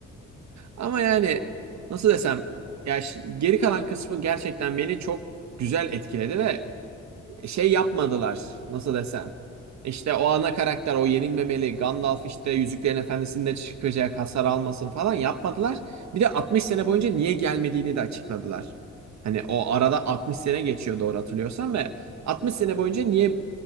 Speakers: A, on the right; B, on the left.
A: Ama yani nasıl desem ya ş- geri kalan kısmı gerçekten beni çok güzel etkiledi ve şey yapmadılar. Nasıl desem? İşte o ana karakter o yenilmemeli. Gandalf işte Yüzüklerin Efendisi'nde çıkacak hasar almasın falan yapmadılar. Bir de 60 sene boyunca niye gelmediğini de açıkladılar. Hani o
B: Evet.
A: arada 60 sene geçiyor doğru hatırlıyorsam ve
B: Hı hı.
A: 60
B: Evet
A: sene
B: evet.
A: boyunca niye